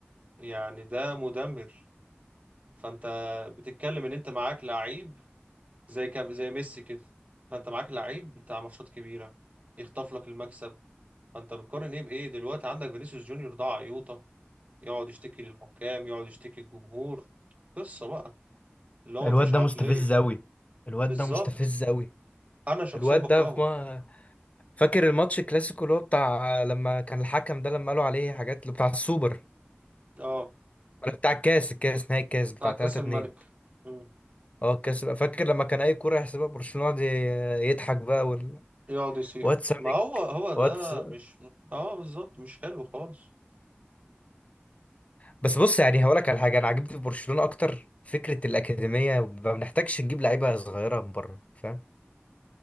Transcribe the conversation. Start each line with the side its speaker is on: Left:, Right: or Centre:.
Right: يعني ده مدمر فأنت بتتكلم إن أنت معاك لعيب زي كم زي ميسي كده فأنت معاك لعيب بتاع ماتشات كبيرة يخطف لك المكسب فأنت بتقارن إيه بإيه دلوقتي عندك فينيسيوس جونيور ده عيوطة يقعد يشتكي للحكام يقعد يشتكي للجمهور قصة بقى اللي هو
Left: الواد
Right: مفيش
Left: ده
Right: عقلية
Left: مستفز قوي الواد
Right: بالظبط
Left: ده مستفز قوي
Right: انا شخصيا
Left: الواد
Right: بكرهه
Left: ده في فاكر الماتش الكلاسيكو اللي هو بتاع لما كان الحكم ده لما قالوا عليه حاجات اللي بتاع السوبر
Right: اه
Left: ولا بتاع الكاس الكاس نهائي الكاس بتاع
Right: بتاع كاس
Left: 3
Right: الملك
Left: 2
Right: مم.
Left: اه الكاس فاكر لما كان اي كوره يحسبها برشلونه يقعد ي- يضحك بقى وال
Right: يقعد يصيح
Left: واتس
Right: ما هو هو ده
Left: واتس
Right: مش اه بالظبط مش حلو خالص
Left: بس بص يعني هقول لك على حاجه انا عجبتني في برشلونه اكتر فكره الاكاديميه ما بنحتاجش نجيب لعيبه صغيره من بره فاهم